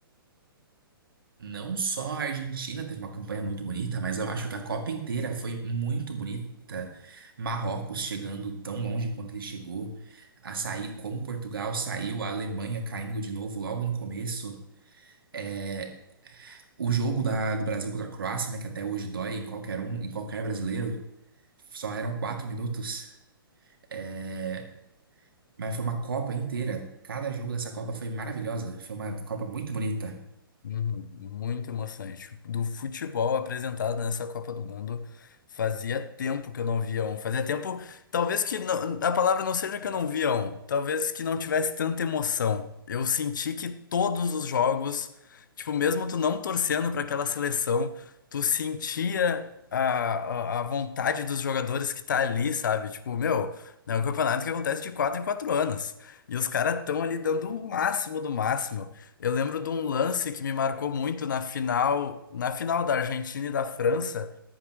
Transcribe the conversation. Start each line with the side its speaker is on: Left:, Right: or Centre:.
Right: Não só a Argentina teve uma campanha muito bonita, mas eu acho que a Copa inteira foi muito bonita. Marrocos chegando tão longe quanto ele chegou, a sair como Portugal saiu, a Alemanha caindo de novo logo no começo. É, o jogo da- do Brasil contra a Croácia, né, que até hoje dói em qualquer um, em qualquer brasileiro, só eram quatro minutos. É, Mas foi uma Copa inteira. Cada jogo dessa Copa foi maravilhosa. Foi uma Copa muito bonita.
Left: Uhum, Muito emocionante. Do futebol apresentado nessa Copa do Mundo, fazia tempo que eu não via um. Fazia tempo, talvez que não- a palavra não seja que eu não via um, talvez que não tivesse tanta emoção. Eu senti que todos os jogos, tipo, mesmo tu não torcendo para aquela seleção, tu sentia a, a, a vontade dos jogadores que tá ali, sabe? Tipo, meu, é um campeonato que acontece de quatro em quatro anos. E os caras estão ali dando o máximo do máximo. Eu lembro de um lance que me marcou muito na final, na final da Argentina e da França.